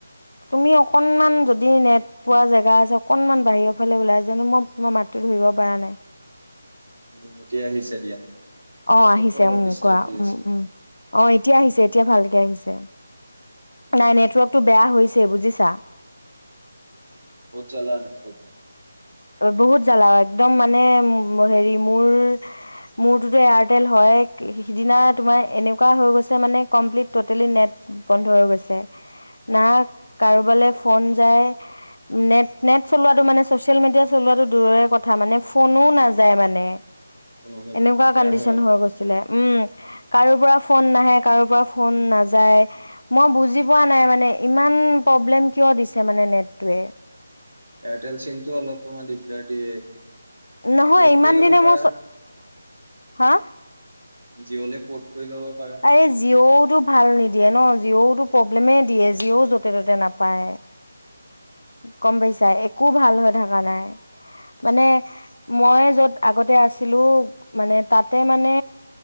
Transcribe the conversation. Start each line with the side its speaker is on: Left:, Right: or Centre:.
Left: তুমি অকনমান যদি নেট পোৱা জেগা আছে অকনমান বাহিৰৰ ফালে ওলাই জানো মই তোমাৰ মাত টো ধৰিব পৰা নাই।
Right: উম এতিয়া আহিছে দিয়া।
Left: অ
Right: নেটৱৰ্কটো
Left: আহিছে
Right: অলপ
Left: উ
Right: ডিষ্টাৰ্ব
Left: কোৱা
Right: দি আছিল
Left: উম -উম অ' কোৱা এতিয়া আহিছে এতিয়া ভালকে আহিছে নাই নেটৱৰ্কটো বেয়া হৈছে বুজিছা।
Right: অ চলা নাই থ ক <unintelligible>
Left: বহুত জ্বালাও একদম মানে হেৰি মোৰ। মোৰটোোতো এয়াৰটেল হয় সিদিনা তোমাৰ এনেকুৱা হৈ গৈছে মানে কমপ্লিট টটেলি নেট বন্ধ হৈ গৈছে না কাৰোবালৈ
Right: উম
Left: ফোন যায়। নেট নেট চলোৱাটো মানে চচিয়েল মিডিয়া চলোৱাাতটো দূৰৰে কথা মানে ফোনো নাযায় মানে।
Right: কোনোবাকে
Left: এনেকুৱা
Right: দিগদাৰ
Left: কণ্ডিচন
Right: হয় অলপ
Left: হৈ গৈছিলে উম, কাৰো পৰা ফোন নাহে কাৰো পৰা ফোন নাযায় মই বুজি পোৱা নাই মানে ইমান প্ৰব্লেম কিয় দিছে মানে নেটটয়ে।
Right: এয়াৰটেল চিমটো অলপ তোমাৰ দিগদাৰ দিয়ে।
Left: নহয়
Right: পৰ্ট
Left: ইমান
Right: কৰি ল'ব
Left: দিনে
Right: পাৰা
Left: মই হা?
Right: জিঅ'লে পৰ্ট কৰি ল'ব পাৰা
Left: আৰে জিঅ'ত টো ভাল নিদিয়ে ন জিঅ টো প্ৰব্লেমে দিয়ে জিঅ য'তে ত'তে নাপায়। গম পাইছা একো ভাল হৈ থকা নাই মানে মই য'ত আগতে আছিলো মানে তাতে মানে